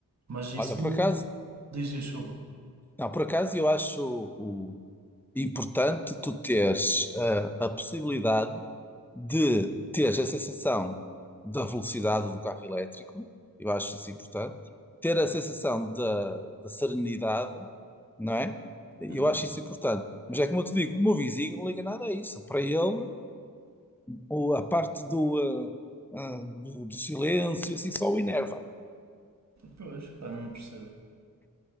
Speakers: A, on the right (about 50°); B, in the centre.
A: Mas isso
B: Olha, por
A: não-
B: acaso,
A: diz desculpa.
B: não, por acaso eu acho o, importante tu teres eh, a possibilidade de teres a sensação da velocidade do carro elétrico, eu acho isso importante, ter a sensação da, da serenidade, não é? Eu
A: Uhum.
B: acho isso importante. Mas é como eu te digo, o meu vizinho não liga nada a isso. Para ele, O- a parte do, ah, ah, do, do silêncio, assim, só o enerva.
A: Pois, pá, não percebo.